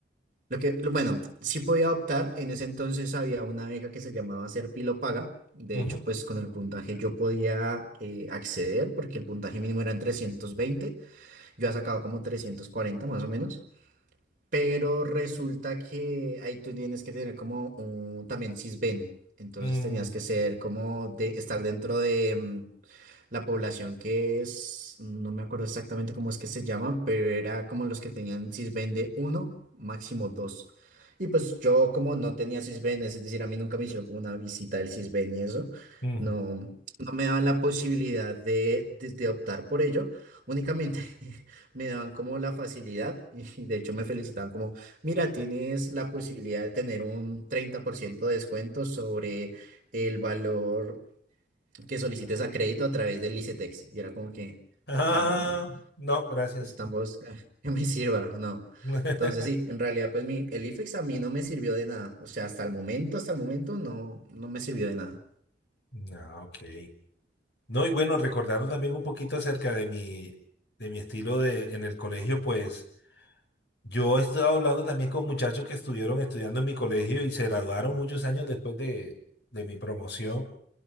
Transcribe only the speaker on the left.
Ujú.
Mm,
ujú.
Ah,
no, gracias.
<laughs>
No, ok. No, y bueno, recordando también un poquito acerca de mi, de mi estilo de, en el colegio, pues yo he estado hablando también con muchachos que estuvieron estudiando en mi colegio y se graduaron muchos años después de, de mi promoción.